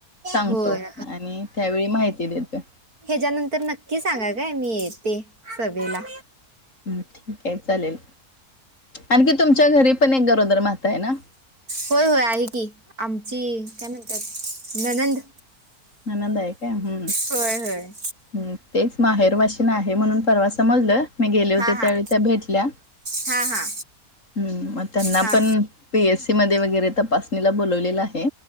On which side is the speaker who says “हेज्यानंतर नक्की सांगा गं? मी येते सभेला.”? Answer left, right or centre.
Right